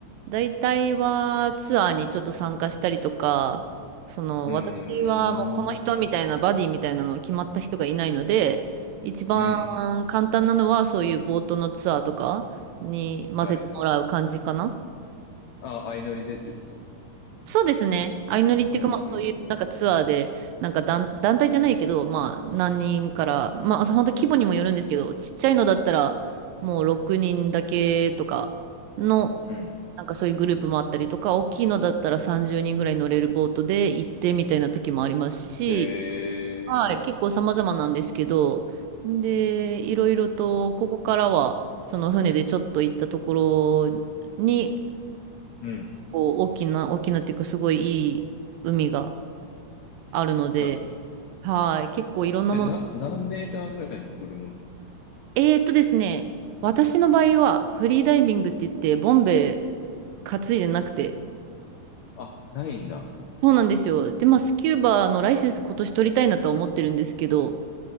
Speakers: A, on the right (about 85°); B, on the left (about 75°).
A: 大体はツアーにちょっと参加したりとか、その私はもうこの人みたいなバディみたいなの決まった人がいないので、
B: うん。うーん、
A: 一番
B: うん。
A: 簡単なのはそういうボートのツアーとかに混ぜてもらう感じかな。
B: はい。あ、相乗りでってこと。
A: そうですね。相乗りっていうか、
B: うん、うん、
A: まあそういうなんかツアーで、なんか団、団体じゃないけど、まあ何人から、まあ本当規模にもよるんですけど、ちっちゃいのだったらもう6人だけとかの、
B: うん。うん。
A: なんかそういうグループもあったりとか、大きいのだったら30人ぐらい乗れるボートで行ってみたいな時もありますし、
B: へえ。
A: はい、結構様々なんですけど、で、いろいろと、ここからは、その船でちょっと行ったところに、
B: うん。
A: 構大きな、大きなっていうかすごいいい海があるので、
B: あるんだ。
A: はい、結構いろんなもの。
B: え、な、何メーターぐらい潜るもの
A: えーっとですね、私の場合はフリーダイビングって言って、ボンベ担いでなくて、
B: あ、ないんだ。
A: そうなんですよ。で、まあ、スキューバのライセンス今年取りたいなとは思ってるんですけど、